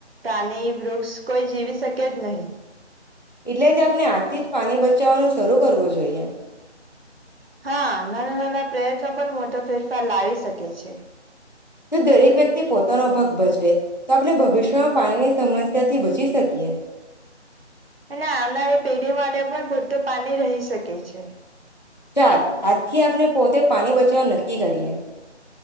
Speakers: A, on the right; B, on the left.
A: પ્રાની, વૃક્ષ કોઈ જીવી સકે જ નહી.
B: એટલે જ આપને આજથી જ પાની બચાવવાનું શરૂ કરવું જોઈએ.
A: હા <unintelligible> ના પ્રયત્નો પણ મોટો ફેરફાર લાવી શકે છે.
B: તો દરેક વ્યક્તિ પોત તાનો ભાગ ભજવે તો આપને ભવિષ્યમાં પાણીની સમસ્યાથી બચી સકીએ.
A: અને આવનારી પેઢી માટે પણ પૂરતું પાની રહી શકે છે.
B: ચાલ આજ થી આપને પોતે પાની બચાવાનું નક્કી કરીએ.